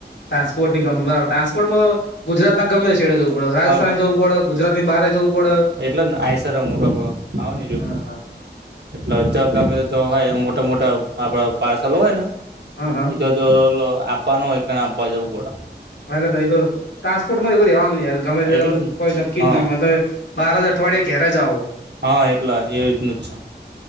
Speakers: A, on the left (about 85°); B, on the right (about 70°).
A: ટ્રાસપોર્ટની કંપની બ ટ્રાન્સપર્ટમા તો ગુજરાતના ગમે છેડે જઉં. રાજસ્થાને
B: હ
A: જવું પડ. ગુજરાતની બહરે જવું પડ.
B: એટલ જને આયસ મોટોડ આવ ને જો.
A: હા હા
B: એટલે ગમે તો જો હો મોટા-મોટા આપડા પાર્સલ હોય ને
A: હા હા
B: એતો. જો આપવાનું હોય તેને આપવા જવું પડે.
A: હ તઈ તો ટ્રાન્સપોર્ટમા એવું જ રેવાનું યાર ગમે તે
B: એટલે જ ને
A: કો નક્કી
B: હા
A: જ નો. બાર જ અઠવાડિયે ઘેરે જાવો.
B: હા એટલા એવી રીતનું જ છે.